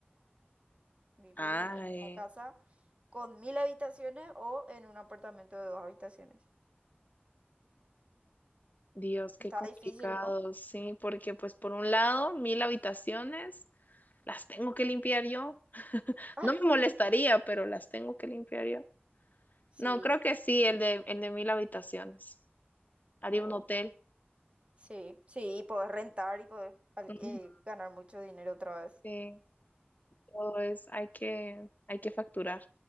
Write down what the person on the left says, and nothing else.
Ay,
Dios, qué
complicado.
Sí, porque pues por un lado, mil habitaciones las tengo que limpiar yo.
No me molestaría, pero las tengo que limpiar yo.
No, creo que sí, el de, el de mil habitaciones. Haría
un hotel.
Ujú.
Sí, todo es, hay que, hay que facturar.